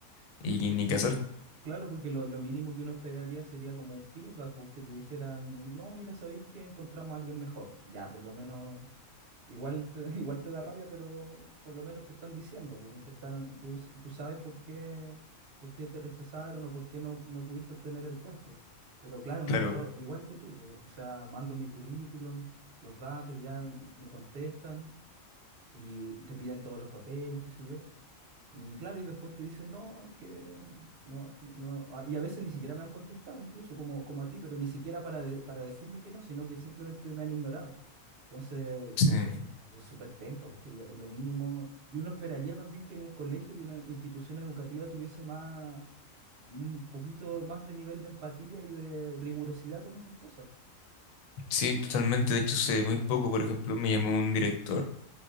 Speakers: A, on the left; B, on the right.
A: y ni qué hacer.
B: Claro, porque lo, lo mínimo que uno esperaría sería como un feedback, pues que te dijeran, no, mira, sabéis que encontramos a alguien mejor. Ya, por lo menos Igual te, <laughs> igual te da rabia, pero por lo menos te están diciendo, po, y te están, tú, s- tú sabes por qué, por qué te rechazaron o por qué no, no pudiste obtener el puesto. Pero claro, me
A: Claro,
B: ha pasado igual que tú, po, o sea, mando mi currículum, los datos, ya me contestan y te piden todos los papeles, qué sé yo. Y claro, y después te dicen, no, es que no, no, a- y a veces ni siquiera me han contestado, incluso como, como a ti, pero ni siquiera para, de- para decirme que no, sino que simplemente me han ignorado. Entonces,
A: sí,
B: sí, bo- eso es súper penca, porque es lo, es lo mínimo. Y uno esperaría también que en un colegio, que una institución educativa tuviese más, un poquito más de nivel de empatía y de rigurosidad con esas cosas.
A: sí, totalmente, de hecho, sé muy poco, por ejemplo, me llamó un director.